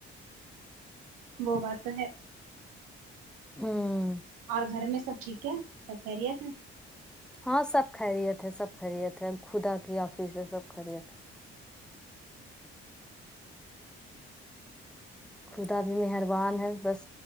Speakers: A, on the right; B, in the centre.
A: وہ بات تو ہے
B: ہوں
A: اور گھر میں سب ٹھیک ہے سب خیریت ہے
B: ہاں سب خیریت ہے سب خیریت ہے خدا کی آفیت س ہے سب خیریت ہے خدا بھی مہربان ہے بس